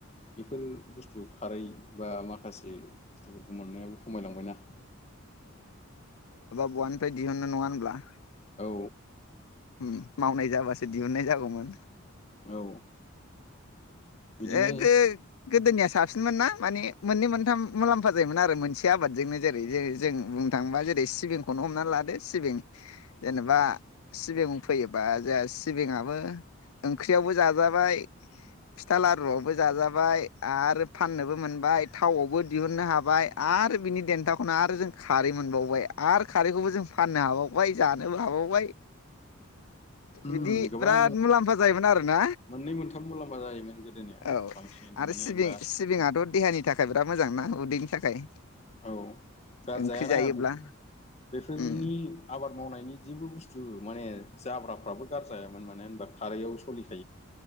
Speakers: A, on the left; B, on the left.
A: बेफोर बुस्थु खारै बा माखासे बुस्थुफोरखौ मोननायाबो खमायलांबायना।
B: औवानिफ्राय दिहुननो नङा होनब्ला?
A: औ
B: उम मावनाय जाबासो दिहुननाय जागौमोन।
A: औ बिदिनो
B: ए गो गोदोनियासो साबसिनमोन ना माने मोननै मोनथाम मुलाम्फा जायोमोन आरो मोनसे आबादजोंनो जेरै जे जों बुंनो थाङोबा जेरै सिबिंखौनो हमना लादो सिबिं जेनेबा सिबिं फैयोबा जोंहा सिबिङाबो ओंख्रियावबो जाजाबाय फिथा लारुआवबो जाजाबाय आरो फाननोबो मोनबाय थावआवबो दिहुननो हाबाय आ आरो बिनि देन्थाखौनो आरो जों खारै मोनबावबाय आरो खारैखौबो जों फाननो हाबावबाय जानोबो हाबावबाय
A: उम
B: बिदि
A: गोबां
B: बिराद मुलाम्फा जायोमोन आरोना
A: मोननै मोनथाम मुलाम्फा जायोमोन गोदोनिया
B: औ
A: बांसिन
B: आरो
A: मानो
B: सिबिं
A: होनबा
B: सिबिङाथ' देहानि थाखाय बिराद मोजां ना उदैनि थाखाय।
A: औ गारजायाना
B: ओंख्रि जायोब्ला
A: बेफोर बेफोरनि
B: उम
A: आबाद मावनायनि जेबो बुस्थु माने जाब्राफ्राबो गारजायामोन मानो होनबा खारैआव सलि